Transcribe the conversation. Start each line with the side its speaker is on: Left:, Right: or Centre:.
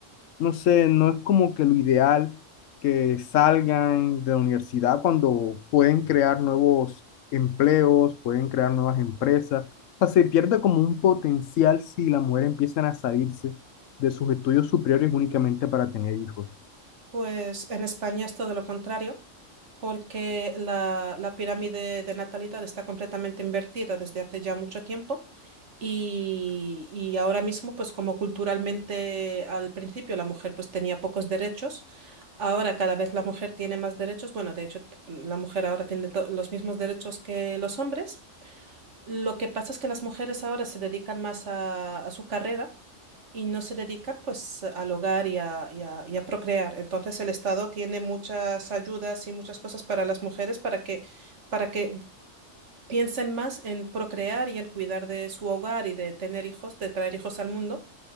Left: no sé, no es como que lo ideal que salgan de la universidad cuando pueden crear nuevos empleos, pueden crear nuevas empresas. O sea, se pierde como un potencial si las mujeres empiezan a salirse de sus estudios superiores únicamente para tener hijos.
Right: Pues en España es todo lo contrario, porque la, la pirámide de natalidad está completamente invertida desde hace ya mucho tiempo y, y ahora mismo, pues como culturalmente al principio la mujer pues tenía pocos derechos, ahora cada vez la mujer tiene más derechos, bueno, de hecho la mujer ahora tiene to- los mismos derechos que los hombres. Lo que pasa es que las mujeres ahora se dedican más a, a su carrera y no se dedican pues al hogar y a, y a- y a procrear. Entonces el Estado tiene muchas ayudas y muchas cosas para las mujeres para que, para que piensen más en procrear y en cuidar de su hogar y de tener hijos, de traer hijos al mundo,